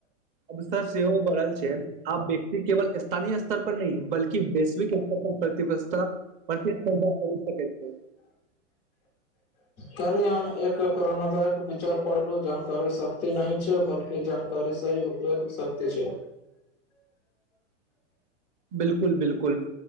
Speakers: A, on the right; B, in the centre.
A: अवसर सेहो बढ़ल छै, आ केवल स्थानीय ्तर पर नहि बल्कि वैश्विक स्तर पर प्रतिबा प्रतिस्पर्धा कर सक छै।
B: कालहि हम एक प्रणताक विचार पढ़लहुँ, जानकारी शक्ति नहि छै, बल्कि जानकारी सही उपयोग शक्ति छै।
A: बिलकुल- बिलकुल